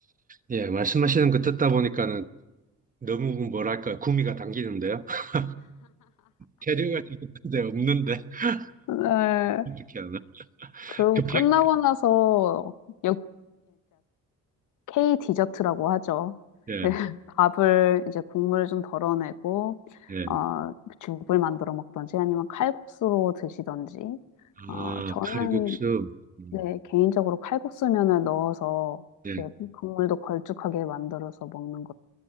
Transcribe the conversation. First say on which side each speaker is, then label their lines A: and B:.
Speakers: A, on the right (about 25°); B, on the left (about 80°).
A: 예. 말씀하시는 거 듣다 보니까는 너무 뭐랄까, 구미가 당기는데요. <laughs> 재료가 있는데 없는데. <laughs>
B: 네.
A: 이렇게 하나?
B: 그리고
A: 급하게.
B: 끝나고 나서 역, K 디저트라고 하죠.
A: 예,
B: <laughs> 밥을 이제 국물을 좀 덜어내고
A: 예.
B: 어, 죽을 만들어 먹던지 아니면 칼국수로 드시던지
A: 아,
B: 어, 저는
A: 칼국수. 음,
B: 네, 개인적으로 칼국수면을 넣어서
A: 예.
B: 이제 국물도 걸쭉하게 만들어서 먹는 것을